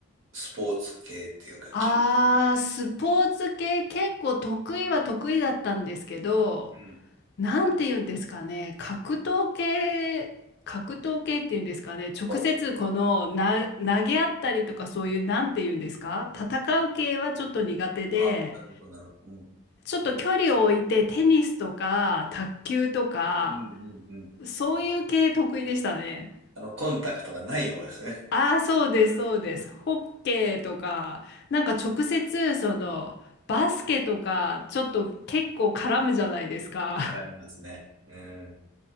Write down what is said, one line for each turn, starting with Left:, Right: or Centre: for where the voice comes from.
Right: スポーツ系っていうか、
Left: あー、
Right: 球。
Left: スポーツ系結構得意は得意だったんですけど、
Right: うん。
Left: なんて言うんですかね、格闘系、格闘系っていうんですかね、直接このな投げ合ったりとかそういうなんて言うんですか、
Right: はい。
Left: 戦う系はちょっと苦手で、
Right: あ、なるほど、なるほど。うん。
Left: ちょっと距離を置いてテニスとか卓球とか、
Right: うんうんうん。
Left: そういう系得意でしたね。
Right: あの、コンタクトがない方ですね。
Left: ああ、そうです、
Right: うん。
Left: そうです。
Right: うん。
Left: ホッケーとか、なんか直接そのバスケとか、ちょっと結構絡むじゃないですか。
Right: 絡みますね。うん。